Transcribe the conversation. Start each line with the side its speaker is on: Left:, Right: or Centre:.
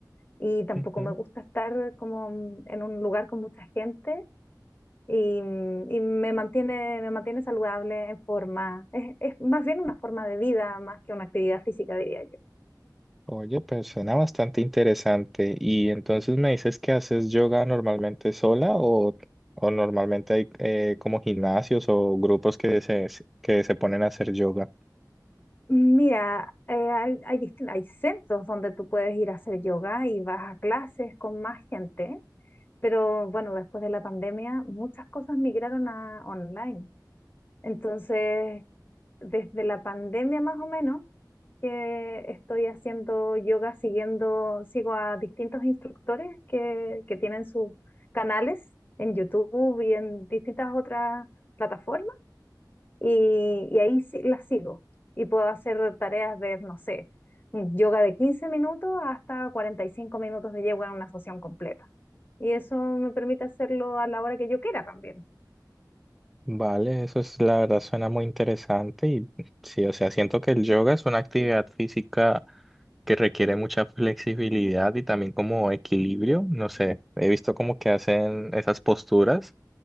Left: y tampoco
Centre: Ujú.
Left: me gusta estar como en un lugar con mucha gente. y, y me mantiene, me mantiene saludable, en forma. Es, es más bien una forma de vida más que una actividad física, diría yo.
Centre: Oye, pues suena bastante interesante. ¿Y entonces me dices que haces yoga normalmente sola o, o normalmente hay eh, como gimnasios o grupos que se, que se ponen a hacer yoga?
Left: Mira, eh, hay, hay, distin- hay centros donde tú puedes ir a hacer yoga y vas a clases con más gente, pero bueno, después de la pandemia muchas cosas migraron a online. Entonces, desde la pandemia más o menos, que estoy haciendo yoga siguiendo, sigo a distintos instructores que, que tienen sus canales en YouTube y en distintas otras plataformas y, y ahí sí, las sigo y puedo hacer tareas de, no sé, yoga de 15 minutos hasta 45 minutos de yoga en una sesión completa. Y eso me permite hacerlo a la hora que yo quiera también.
Centre: Vale, eso es la verdad suena muy interesante y sí, o sea, siento que el yoga es una actividad física que requiere mucha flexibilidad y también como equilibrio. No sé, he visto como que hacen esas posturas